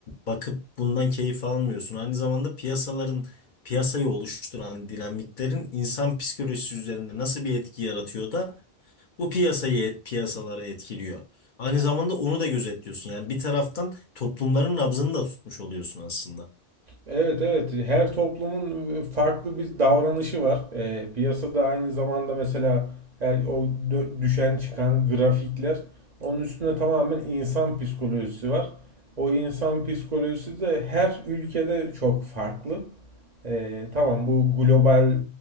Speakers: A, on the left (about 55°); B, on the right (about 50°).
A: bakıp bundan keyif almıyorsun. Aynı zamanda piyasaların piyasayı oluşturan dinamiklerin insan psikolojisi üzerinde nasıl bir etki yaratıyor da bu piyasayı piyasalara etkiliyor. Aynı zamanda onu da gözetliyorsun. Yani bir taraftan toplumların nabzını da tutmuş oluyorsun aslında.
B: Evet evet her toplumun e, farklı bir davranışı var. E, piyasada aynı zamanda mesela her, o dö- düşen çıkan grafikler onun üstüne tamamen insan psikolojisi var. O insan psikolojisi de her ülkede çok farklı. E, tamam bu global